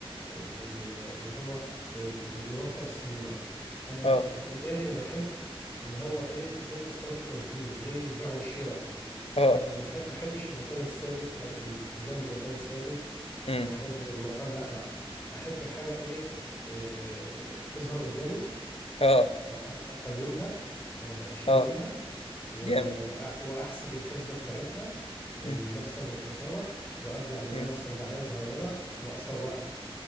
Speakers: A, on the left (about 20°); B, on the left (about 75°).
A: ال- ال- اللي هو اللي بيوفر سيولة انا
B: اه
A: اتجاهي انا بحب اللي هو ايه زي استيراد وتصدير زي البيع والشراء
B: اه
A: ما ما أحب- ما احبش المكان الثابت او الالتزام بمكان ثابت
B: امم
A: وحاجات زي المطاعم لا لا احب حاجة ايه آه، تظهر قدامي
B: اه
A: أق- اقيمها آه، اشتريها
B: اه
A: و-
B: جامد
A: وأ- واحسب الحسبه بتاعتها المكسب
B: امم
A: والخساره وابدا اعمل
B: امم
A: لها مثلا دعايه صغيره واسوقها